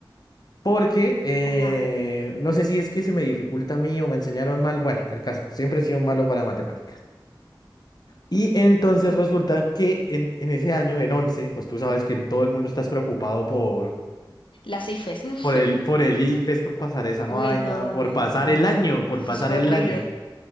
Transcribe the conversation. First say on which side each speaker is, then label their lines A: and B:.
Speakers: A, on the left; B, on the left.
A: Porque eh,
B: Ajá.
A: no sé si es que se me dificulta a mí o me enseñaron mal, bueno, el caso, siempre he sido malo para matemáticas. Y entonces
B: ujú.
A: resulta que en, en ese año, en 11 pues tú sabes que todo el mundo está preocupado por,
B: Las IFES. <laughs>
A: por el, por el ICFES, por pasar esa vaina,
B: Uy, no,
A: por
B: no,
A: pasar
B: no,
A: el
B: no.
A: año,
B: Eso
A: por pasar
B: fue
A: el
B: horrible.
A: año.